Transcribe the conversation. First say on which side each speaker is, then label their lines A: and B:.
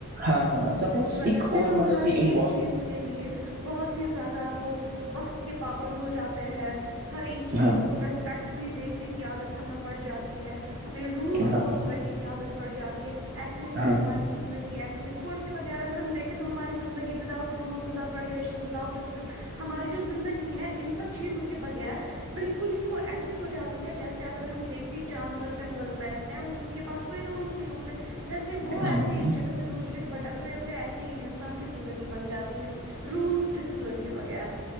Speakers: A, on the right; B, on the right.
A: ہاں ہاں سپورٹس
B: جس کی وجہ
A: ایک
B: سے
A: اور
B: ہم
A: مطلب
B: ہر
A: کہمپورٹ
B: ایک چیز کے لیے بہت ہی زیادہ وہ وقت کے پابند ہو جاتے ہیں ہر ایک چیز
A: ہاں
B: کو ریسپیکٹ فلی دیکھنے کی عادت ہمیں پڑ جاتی ہے ہمیں رولس
A: ہاں
B: فالو کرنے کی عادت پڑ جاتی ہے ایسے نہیں
A: ہاں
B: کہ ہماری زندگی ایسی اسپورٹس کے وغیر اگر ہم دیکھیں تو ہماری زندگی without rules without regulation without discipline ہماری جو زندگی ہے ان سب چیزوں کے بغیر بالکل ہی وہ ایسی ہو جاتی ہے جیسے اگر ہم دیکھیں جانور جنگلوں میں رہتے ان کے پاس کوئی رولس نہیں ہوتے جیسے وہ
A: ہاں
B: ایسی
A: ہاں
B: ایک جگہ سے دوسری جگہ بٹک رہے ہوتے ایسے ہی انسان کی زندگی بن جاتی ہے رولس ڈسپلن کے بغیر